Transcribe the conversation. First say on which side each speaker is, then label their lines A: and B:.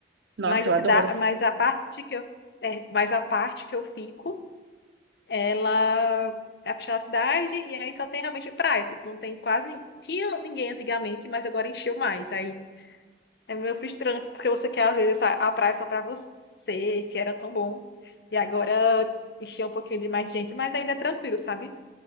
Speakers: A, on the right (about 85°); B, on the left (about 60°).
A: Nossa,
B: mas a
A: eu
B: cidade,
A: adoro.
B: mas a parte que eu é, mas a parte que eu fico, ela é puxar a cidade e aí só tem realmente praia, tipo, não tem quase nin- tinha ninguém antigamente, mas agora encheu mais. Aí é meio frustrante, porque você quer, às vezes, essa, a praia só pra você, que era tão bom. E agora encher um pouquinho de mais gente, mas ainda é tranquilo, sabe?